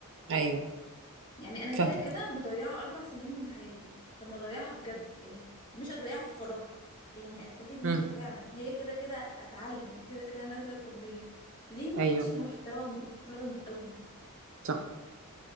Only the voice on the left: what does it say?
يعني انا كده
كده مضيعه اربع سنين من حياتي طب ما اضيعها بجد يعني مش اضيعها في فراغ يعني استفيد منها
فعلا هي كده كده اتعلم كده كده نازله الكليه ليه ما
اخدش محتوى محترم قوي